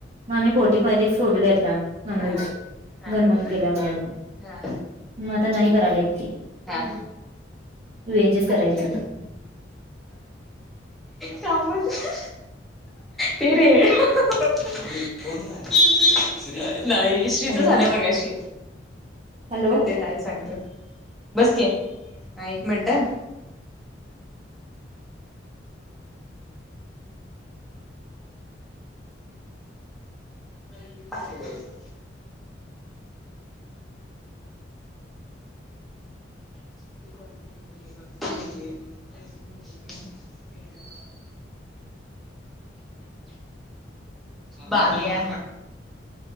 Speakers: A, on the right (about 35°); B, in the centre.
A: मग आम्ही फोर्टी फाय डेज सोडलेय आता. नॉनव्हेज
B: हा हा
A: गनहम केल्यामुळं.
B: हा
A: मग आता नाही करायला येत ते.
B: हा.
A: व्हेजच करायचं
B: अह
A: आता
B: त्यामुळं ते ते रे <unintelligible> नाही. श्रीच
A: हॅलो
B: झालंय मगाशी.
A: हॅलो
B: अगदी हाय सांगतो. बस कि. हा एक मिनट हं. <inaudible> <unintelligible> भात घ्या.